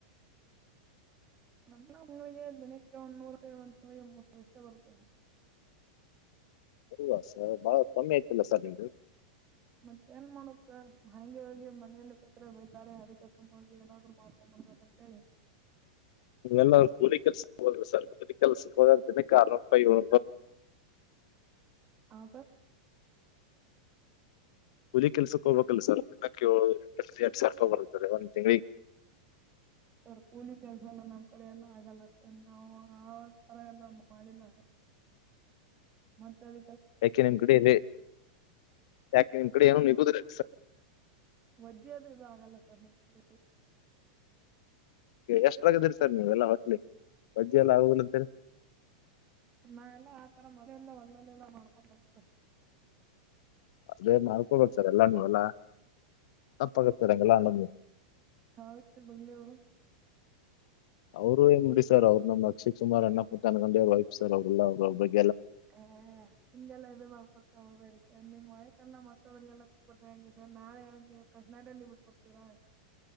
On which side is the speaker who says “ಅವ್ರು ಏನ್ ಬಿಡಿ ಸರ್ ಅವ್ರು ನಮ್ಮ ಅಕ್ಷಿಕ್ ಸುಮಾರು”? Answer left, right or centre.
Left